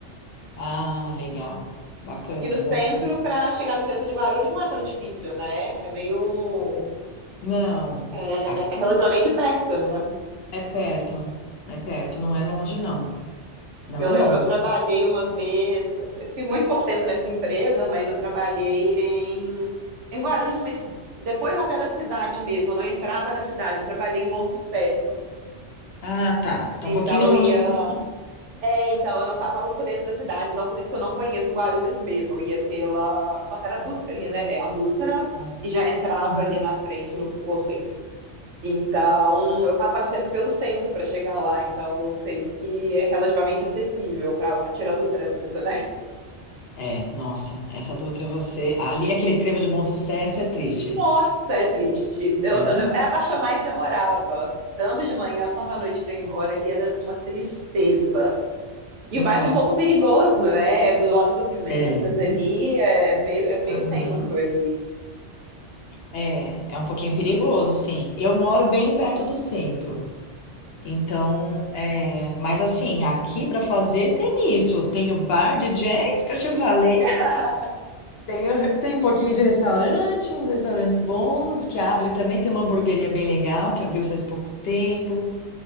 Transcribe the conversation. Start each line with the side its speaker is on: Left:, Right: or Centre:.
Left: Ah, legal. Bacana,
Right: E no centro,
Left: bom saber.
Right: para chegar no centro de Guarulhos não é tão difícil, né? É meio.
Left: Não,
Right: É,
Left: aqui
Right: é- é relativamente perto, né?
Left: é perto. É perto, não é longe, não. Não
Right: Eu
Left: é
Right: lembro,
Left: longe.
Right: eu trabalhei uma vez, eu fiquei muito pouco tempo nessa empresa, mas eu trabalhei em, em Guarulhos, mas depois até da cidade mesmo, eu não entrava na cidade, eu trabalhei em Bom Sucesso.
Left: Ah, tá. Tá
Right: Então
Left: um pouquinho
Right: eu
Left: longe.
Right: ia.
Left: daqui.
Right: É, então eu não passava por dentro da cidade, então por isso que eu não conheço Guarulhos mesmo. Eu ia pela. Nossa, era a Dutra ali, né? É a Dutra,
Left: Tá.
Right: e já entrava
Left: Uhum.
Right: ali na frente no posto, enfim. Então, eu passava sempre pelo centro para chegar lá, então eu sei que é relativamente acessível para lá, tirando o trânsito, né?
Left: É, nossa, essa do Outra é você Ali, aquele trevo de bom sucesso é triste.
Right: Nossa, é triste. Eu-
Left: É?
Right: eu dem- era a parte que eu mais demorava, tanto de manhã quanto à noite para ir embora, ali era uma tristeza. E
Left: Nossa,
Right: o bairro é um pouco perigoso, né? É Do lado do Pimentas
Left: é.
Right: ali, é é meio, era meio
Left: Uhum.
Right: tenso ali.
Left: É, é um pouquinho perigoso, sim. Eu moro bem perto do centro. Então, é, mas assim, aqui para fazer tem isso. Tem o bar de jazz que eu te falei.
Right: <laughs>
Left: Tem, o- tem um pouquinho de restaurante, uns restaurantes bons que abre também. Tem uma hamburgueria bem legal que abriu faz pouco tempo.